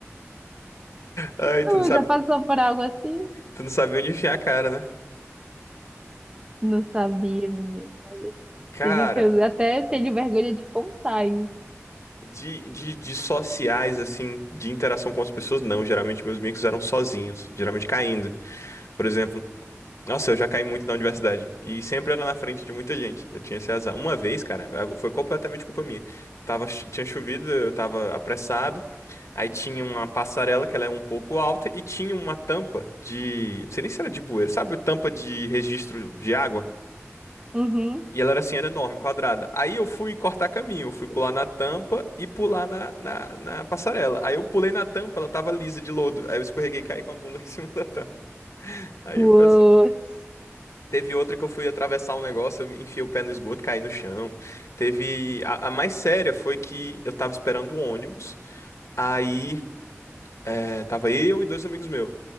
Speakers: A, on the left; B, on the right.
A: Ai, tu
B: Deus,
A: não sabe,
B: já passou por algo assim?
A: tu não sabe onde enfiar a cara, né?
B: Não sabia, menino. Olha,
A: Cara,
B: digo que eu até tenho vergonha de contar isso.
A: de, de, de sociais, assim, de interação com as pessoas, não. Geralmente meus micos eram sozinhos, geralmente caindo. Por exemplo, Nossa, eu já caí muito na universidade. E sempre era na frente de muita gente. Eu tinha esse azar. Uma vez, cara, a- foi completamente culpa minha. Tava, cho- tinha chovido, eu tava apressado. Aí tinha uma passarela que ela é um pouco alta e tinha uma tampa de. Não sei nem se era de bueiro, sabe? Tampa de registro de água.
B: Uhum.
A: E ela era assim, era enorme, quadrada. Aí eu fui cortar caminho, eu fui pular na tampa e pular na, na, na passarela. Aí eu pulei na tampa, ela tava lisa de lodo. Aí eu escorreguei e caí com a bunda <laughs> em cima da tampa. Aí
B: Putz.
A: o pessoal Teve outra que eu fui atravessar um negócio, eu enfiei o pé no esgoto, caí no chão. Teve. A, a mais séria foi que eu tava esperando o ônibus. Aí é, tava eu e dois amigos meus.